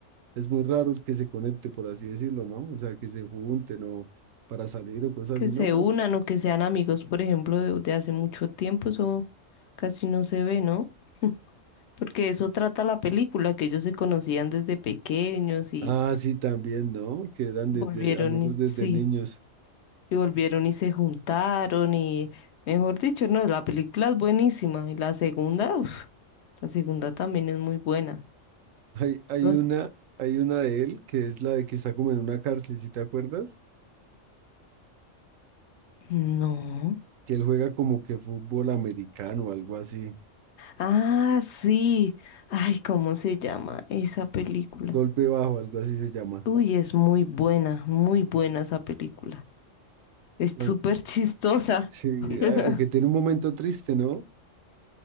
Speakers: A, on the right; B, on the left.
A: es muy raro el que se conecte, por así decirlo, ¿no? O sea, que se junten o para salir o cosas
B: Que
A: así
B: se
A: nomás.
B: unan o que sean amigos, por ejemplo, de, de hace mucho tiempo, eso casi no se ve, ¿no? Porque eso trata la película, que ellos se conocían desde pequeños y
A: Ah, sí, también, ¿no? Que eran desde
B: volvieron,
A: amigos
B: y,
A: desde
B: sí.
A: niños. <laughs>
B: Y volvieron y se juntaron y, mejor dicho, no, la película es buenísima. Y la segunda, uf, la segunda también es muy buena.
A: Hay, hay
B: Los...
A: una, hay una de él que es la de que está como en una cárcel, ¿si te acuerdas?
B: No.
A: Que él juega como que fútbol americano o algo así.
B: Ah, sí. Ay, ¿cómo se llama esa película?
A: Golpe bajo, algo así se llama.
B: Uy, es muy buena, muy buena esa película. Es
A: Bueno,
B: súper chistosa.
A: sí,
B: <laughs>
A: a- aunque tiene un momento triste, ¿no?